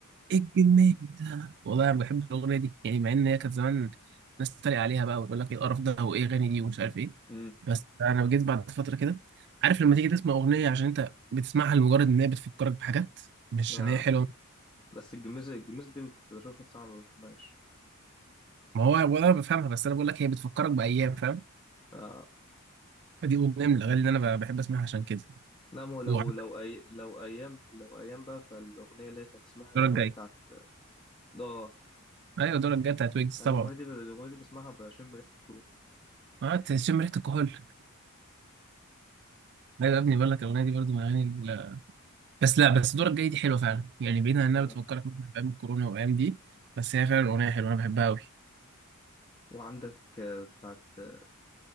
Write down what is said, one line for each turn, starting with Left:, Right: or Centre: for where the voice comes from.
Right: ايه الجميزه والله انا بحب الاغنيه دي يعني مع ان هي كانت زمان ناس تتريق عليها بقى وتقول لك ايه القرف ده وايه اغاني دي ومش عارف ايه
Left: مم.
Right: بس انا جيت بعد فتره كده عارف لما تيجي تسمع اغنيه عشان انت بتسمعها لمجرد ان هي بتفكرك بحاجات مش
Left: آه.
Right: عشان هي حلوه
Left: بس الجميزة الجميزة دي كنت بشوفها الساعة ما بفهمهاش
Right: ما هو ولا انا بفهمها بس انا بقول لك هي بتفكرك بايام فاهم
Left: آه.
Right: فدي اغنيه من الاغاني اللي انا ب- بحب اسمعها عشان كده
Left: نعم لو
Right: وعندك
Left: لو أي لو أيام لو أيام بقى فالأغنية اللي هي كانت اسمها اللي
Right: الدورة الجاية
Left: هي بتاعت آه
Right: ايوه الدورة الجاية بتاعت ويجز
Left: أنا
Right: طبعا
Left: الأغنية دي الأغنية دي بسمعها بشم ريحة الكورونا
Right: اه تشم ريحة الكحول لا يا ابني بقول لك الاغنية دي برضو من الاغاني ال- بس لا بس الدورة الجاية دي حلوة فعلا يعني بعيدا عن انها
Left: اه
Right: بتفكرك ممكن في ايام الكورونا والايام دي بس هي فعلا اغنية حلوة انا بحبها قوي
Left: وعندك آه، بتاعت آه،